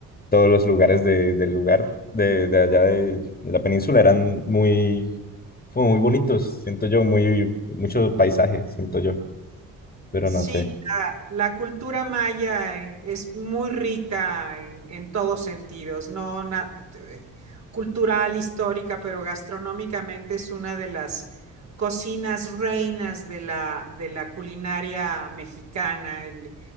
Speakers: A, on the left; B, on the right.
A: todos los lugares de, del lugar de, de allá de, de la península eran muy, como muy bonitos, siento yo, muy, mucho paisaje, siento yo, pero
B: Sí,
A: no sé.
B: La cultura maya eh, es muy rica en, en todos sentidos, no na- eh, cultural, histórica, pero gastronómicamente es una de las cocinas reinas de la, de la culinaria mexicana, el-